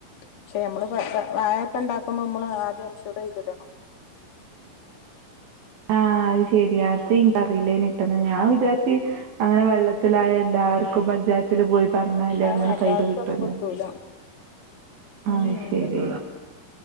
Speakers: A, on the left (about 55°); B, on the right (about 85°).
A: പക്ഷേ അമ്മള് പ പ വാഴൊക്കെ ഇണ്ടാക്കുമ്പോമ്മള് ആദ്യം ഇൻഷൂറെയ്തിടണം
B: ആഹ് അഹ് ശെരിയാ അത് ഇന്ക്ക് അറിയില്ലേനിട്ടോ ഇന്നാ ഞാൻ വിചാര് ച്ച് അങ്ങനെ വെള്ളത്തിലായ എല്ലാർക്കും പഞ്ചായ ത്തില് പോയി പറ്ണാല്
A: ഏഹ്
B: അങ്ങനെ
A: എല്ലാർക്കും
B: പൈസ കിട്ടുംഞ്ഞാ
A: ഒന്നും കിട്ടൂല
B: ആഹ്
A: ഉം
B: അഹ് ശരി